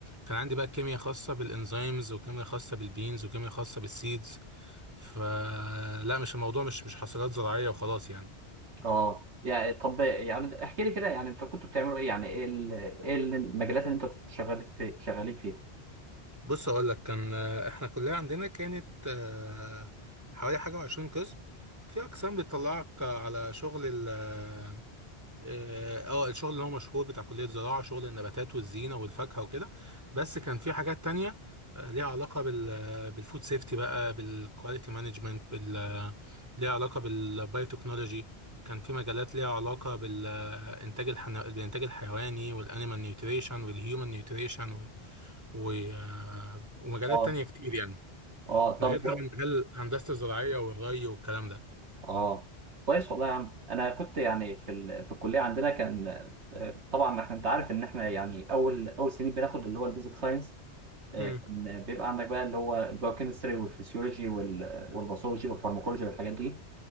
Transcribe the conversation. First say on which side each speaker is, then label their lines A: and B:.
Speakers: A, on the right; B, on the right.
A: كان عندي بقى كيمياء خاصه بالانزيمز وكيمياء خاصه بالبينز وكيمياء خاصه بالسيدز فلا مش الموضوع مش مش حاصلات زراعيه وخلاص يعني
B: اه يعني طب يعني احكي لي كده يعني انتوا كنتوا بتعملوا ايه يعني ايه ال... ايه المجالات اللي انتوا كنتوا شغالين في... شغالين فيها
A: بص اقول لك كان آه، احنا كلية عندنا كانت آه، حوالي حاجة وعشرين قسم في اقسام بتطلعك على شغل ال اه آه، الشغل اللي هو مشهور بتاع كلية زراعة شغل النباتات والزينة والفاكهة وكده بس كان في حاجات تانية آه، ليها علاقة بال بالفود سيفتي بقى بالكواليتي مانجمنت بال آه، ليها علاقة بالبايوتكنولوجي كان في مجالات ليها علاقة بالإنتاج الحن... بالإنتاج الحيواني والأنيمال نيوتريشن والهيومن نيوتريشن و... آه، ومجالات
B: اه
A: تانية كتير يعني
B: اه طب
A: ده غير طبعا مجال هندسة الزراعية والري والكلام ده
B: اه كويس والله يا عم انا كنت يعني في ال... في الكليه عندنا كان آه، طبعا احنا انت عارف ان احنا يعني اول اول سنين بناخد اللي هو البيزك ساينس كان
A: امم
B: بيبقى عندك بقى اللي هو البايوكيمستري والفسيولوجي وال... والباثولوجي والفارماكولوجي والحاجات دي